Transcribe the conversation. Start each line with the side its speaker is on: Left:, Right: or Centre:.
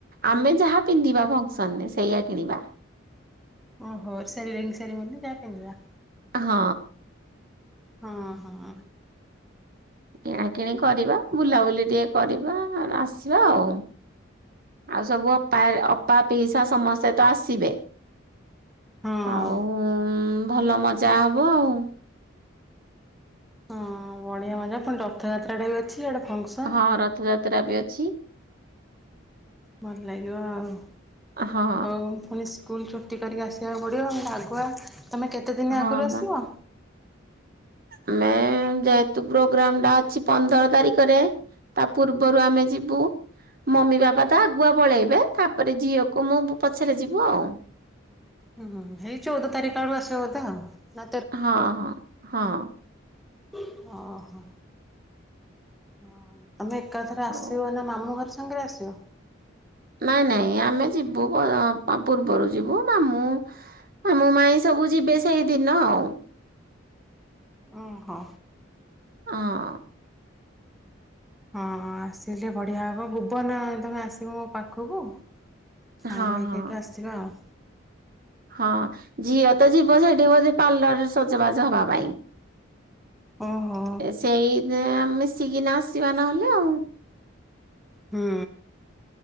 Right: ଆମେ ଯାହା ପିନ୍ଧିବା ଫଙ୍କସନରେ ସେଇଆ କିଣିବା।
Centre: ଓହୋ ସେରି ରିଙ୍ଗ ସେରିମନି ରେ ଯା ପିନ୍ଧିବା।
Right: ହଁ।
Centre: ହଁ ହଁ।
Right: କିଣାକିଣି କରିବା ବୁଲାବୁଲି ଟିକେ କରିବା ଆସିବା ଆଉ ଆଉ ସବୁ ଅପା ଅପା ପିଇସା ସମସ୍ତେ ତ ଆସିବେ।
Centre: ହଁ
Right: ଆଉଁ ଭଲ ମଜା ହବ ଆଉ।
Centre: ହଁ ବଢିଆ ମଜା ପୁଣି ରଥଯାତ୍ରାଟା ବି ଅଛି। ଇଆଡ଼େ ଫଙ୍କସନ୍
Right: ହଁ ରଥଯାତ୍ରା ବି ଅଛି।
Centre: ଭଲ ଲାଗିବ ଆଉ ହଉ
Right: ହଁ
Centre: ଫୁଣି ଶ୍ ସ୍କୁଲ ଛୁଟି କରିକି ଆସିବାକୁ ପଡ଼ିବ ଆମର ଆଗୁଆ ତୁମେ କେତେଦିନ
Right: ହଁ
Centre: ଆଗରୁ ଆସିବ?
Right: ବା ଆମେ ଯେହେତୁ ପ୍ରୋଗ୍ରାମ ଟା ଅଛି ପନ୍ଦର ତାରିଖରେ ତା ପୂର୍ବରୁ ଆମେ ଯିବୁ, ମମି ବାବା ତ ଆଗୁଆ ପଳେଇବେ ତାପରେ ଝିଅକୁ ମୁଁ ପଛରେ ଯିବୁ ଆଉ।
Centre: ହୁଁ ହୁଁ ଏଇ ଚଉଦ ତାରିଖ ଆଡୁ ଆସିବ ବୋଧେ ଆଉ। ନା
Right: ହଁ ହଁ ହଁ
Centre: ଅ ହ ହଉ। ତମେ ଏକାଥରେ
Right: ହଉ।
Centre: ଆସିବ ନା ମାମୁଁ ଘରେ ସାଙ୍ଗରେ ଆସିବ।
Right: ନାଇଁ ନାଇଁ ଆମେ ଯିବୁ ପ ପୂର୍ବରୁ ଯିବୁ ମାମୁଁ ମାମୁଁ ମାଇଁ ସବୁ ଯିବେ ସେଇଦିନ ଆଉ।
Centre: ଓହୋ
Right: ଅଁ
Centre: ହଁ ଆସିଲେ ବଢ଼ିଆ ହବ ଭୁବନ ତମେ ଆସିବ ମୋ ପାଖକୁ? ସାଙ୍ଗ
Right: ହଁ
Centre: ହେଇକି
Right: ହଁ
Centre: ହେଠୁ ଆସିିବ ଆଉ।
Right: ହଁ ଝିଅ ତ ଯିବ ସେଠି ବଧେ ପାର୍ଲରରେ ସଜବାଜ ହବା ପାଇଁ।
Centre: ଓହୋ।
Right: ଏ ସେଇଦିନ ମିଶିକିନା ଆସିବା ନହେଲେ ଆଉ।
Centre: ହୁଁ।